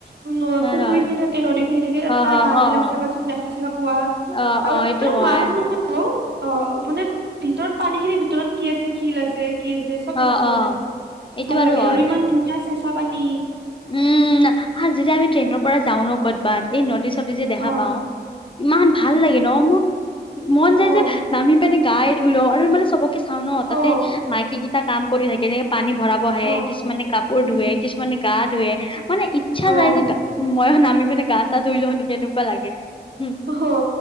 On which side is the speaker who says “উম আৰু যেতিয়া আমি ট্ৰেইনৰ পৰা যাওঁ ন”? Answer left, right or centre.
Left